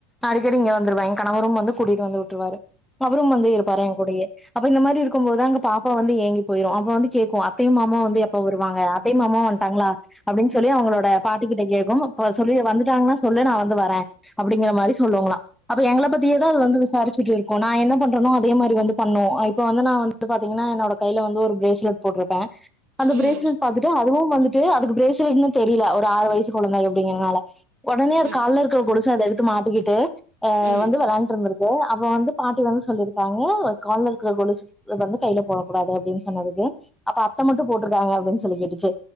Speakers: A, in the centre; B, on the right.
A: அடிக்கடி இங்க வந்துருவே எ கணவரும் வந்து கூட்டிட்டு வந்து உட்ருவாரு அவுரும் வந்து இருப்பாரு எங் கூடையே அப்ப இந்த மாரி இருக்கும்போதுதா அங்க பாப்பா வந்து ஏங்கி போயிரு அப்ப வ கேக்கு அத்தையு மாமாவு வந்து எப்ப வருவாங்க அத்தையு மாமாவு வந்ட்டாங்ளா அப்டின் சொல்லி அவுங்களோட பாட்டி கிட்ட கேக்கு அப்ப சொல்லிரு வந்துட்டாங்கன்னா சொல்லு நா வந்து வரே அப்டிங்கிற மாரி சொல்லுங்ளா அப்ப எங்கள பத்தியேதா அது வந்து விசாரிச்சிட்ருக்கு நா என்ன பண்றனோ அதே மாரி வந்து பண்ணு இப்ப வந்து நா வந்து பாத்தீங்கன்னா என்னோட கைல வந்து ஒரு பிரேஸ்லெட் போட்ருப்பே அந்த
B: ம்
A: பிரேஸ்லெட் பாத்துட்டு அதுவும் வந்துட்டு அது பிரேஸ்லெட்னு தெரியல ஒரு ஆறு வயசு கொழந்தைங்க எப்டிங்க நாலஜ் ஒடனே அது
B: ம்
A: கால்ல இருக்கிற கொலுச அத எடுத்து மாட்டிக்கிட்டு அ
B: ம்
A: வந்து வெளாண்டு இருந்திருக்கு அப்ப வந்து பாட்டி வந்து சொல்லியிருக்காங்க கால்ல இருக்கிற கொழுஸ் வந்து கையில போட கூடாது அப்டின் சொன்னதுக்கு அப்ப அத்த மட்டு போட்ருக்காங்க அப்டின் சொல்லிக் கேட்டுச்சு